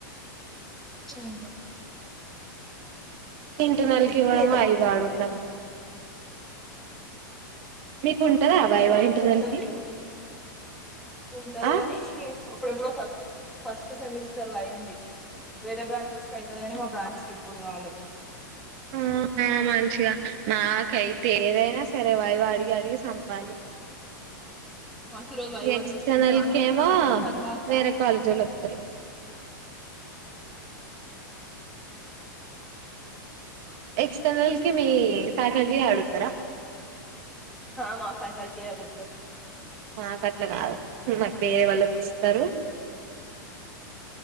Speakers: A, in the centre; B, on the right.
A: చెయల్ల
B: <unintelligible> ఇవ్వడం
A: ఏదో
B: అవి వాడుతాం
A: తీరే
B: మీకుంటదా వైవా
A: మా దాంట్లో
B: ఇంటర్నెల్
A: ఉంటది
B: కి
A: ఉంటది
B: ఆ
A: కానీ అప్పుడు ఎప్పుడు ఫస్ట్ సెమిస్టర్ లో అయింది వేరే బ్రాంచెస్ అతుంది అని మా బ్రాంచ్ ఇప్పుడు వలకు
B: హు హా మంచిగా నాకైతే ఏదైనా సరే వాై్ అడిగి అడిగి చంపాలి
A: మాకు ఈరోజు వైవా
B: ఎక్స్టర్నల్
A: తీసుకుంటా అన్నారు
B: కేమా
A: మళ్ళా తర్వాత
B: వేరే కాలేజ్లో వస్తారు ఎక్స్టర్నల్ కి మీ ఫ్యాకల్టీ అడుగుతారా
A: హా మా ఫ్యాకల్టీ అడుగుతారు
B: నాకు అట్లా కాదు మాకు వేరే వాళ్ళుిస్తారు